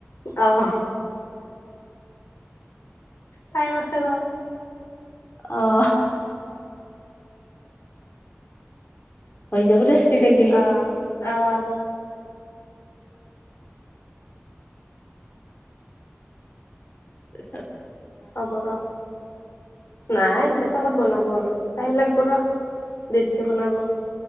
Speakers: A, on the left (about 65°); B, on the left (about 40°).
A: অহ ', টাইম আছে ৰ।
B: অহ ', হৈ যাব দে। তেতিয়া গিলি
A: অহ - অহ
B: চব
A: হ'ব ৰ নাই ইততে ক'ত বনাব আৰু। টাইম লাগিব ৰ দেৰিকৈ বনাব।